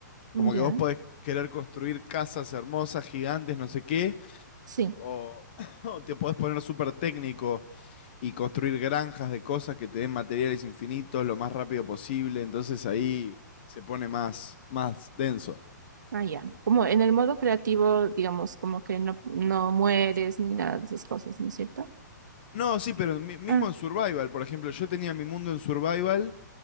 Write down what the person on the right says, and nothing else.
Ya,
sí.
Ah, ya. Como en el modo creativo, digamos, como que no, no mueres ni nada de esas cosas, ¿no es cierto?
Ah,